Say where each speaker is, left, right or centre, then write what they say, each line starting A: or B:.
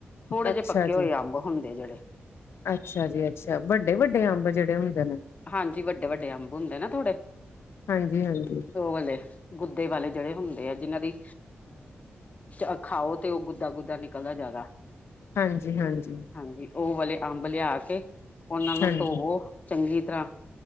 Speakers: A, on the left; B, on the left.
A: ਥੋੜੇ ਜੇ
B: ਅੱਛਾ
A: ਪੱਕੇ ਹੋਏ
B: ਜੀ
A: ਅੰਬ ਹੁੰਦੇ ਆ ਜਿਹੜੇ।
B: ਅੱਛਾ ਜੀ ਅੱਛਾ ਵੱਡੇ -ਵੱਡੇ ਅੰਬ ਜਿਹੜੇ ਹੁੰਦੇ ਨੇ।
A: ਹਾਂਜੀ ਵੱਡੇ ਵੱਡੇ ਅੰਬ ਹੁੰਦੇ ਨਾ ਥੋੜੇ,
B: ਹਾਂਜੀ ਹਾਂਜੀ
A: ਉਹ ਵਾਲੇ ਗੁੱਦੇ ਵਾਲੇ ਜਿਹੜੇ ਹੁੰਦੇ ਆ ਜਿਹਨਾਂ ਦੀ ਅ ਖਾਓ ਤੇ ਉਹ ਗੁੱਦਾ- ਗੁੱਦਾ ਨਿਕਲਦਾ ਜਿਆਦਾ।
B: ਹਾਂਜੀ- ਹਾਂਜੀ।
A: ਹਾਂਜੀ ਉਹ ਵਾਲੇ ਅੰਬ ਲਿਆ ਕੇ, ਉਹਨਾਂ ਨੂੰ
B: ਹਾਂਜੀ
A: ਧੋਵੋ ਚੰਗੀ ਤਰ੍ਹਾਂ।